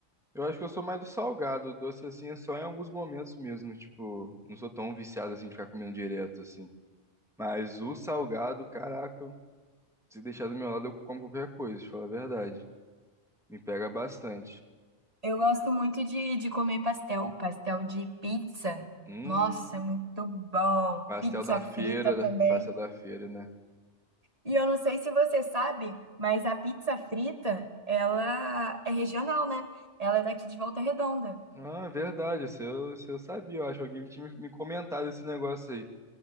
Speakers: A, in the centre; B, on the right (about 30°).
A: eu acho que eu sou mais do salgado, doce assim, é só em alguns momentos mesmo, tipo, não sou tão viciado assim de ficar comendo direto assim. Mas o salgado, caraca, se deixar do meu lado eu como qualquer coisa, pra falar a verdade. Me pega bastante.
B: Eu gosto muito de, de comer pastel, pastel de pizza.
A: Hum.
B: Nossa, é muito bom.
A: Pastel
B: Pizza
A: da feira,
B: frita também.
A: né? pastel da feira, né?
B: E eu não sei se você sabe, mas a pizza frita, ela é regional, né? Ela é daqui de Volta Redonda.
A: Ah, verdade, isso eu, isso eu sabia, eu acho. que Alguém tinha me me comentado esse negócio aí.